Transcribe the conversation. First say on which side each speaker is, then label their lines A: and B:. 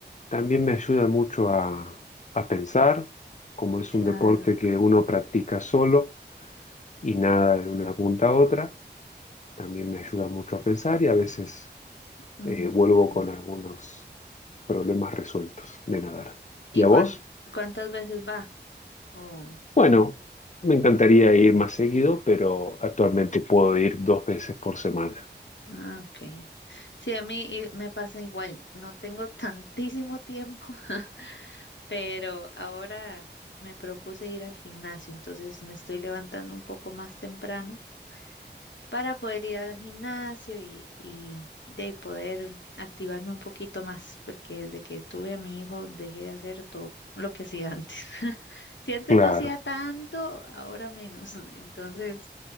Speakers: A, on the left; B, on the left.
A: también me ayuda mucho a, a pensar, como es
B: claro.
A: un deporte que uno practica solo. y nada de una punta a otra. También me ayuda mucho a pensar y a veces
B: ujú.
A: eh, vuelvo con algunos problemas resueltos de nadar.
B: ¿Y
A: ¿Y a
B: cuán-
A: vos?
B: cuántas veces va? Oh,
A: Bueno, me encantaría ir más seguido, pero actualmente puedo ir dos veces por semana.
B: ah, ok. Sí, a mí i- me pasa igual. No tengo tantísimo tiempo, <laughs> pero ahora me propuse ir al gimnasio, entonces me estoy levantando un poco más temprano para poder ir al gimnasio y, y de poder activarme un poquito más, porque desde que tuve a mi hijo dejé de hacer todo lo que hacía antes. <laughs> Si antes
A: Claro,
B: no hacía tanto, ahora menos. <laughs> Entonces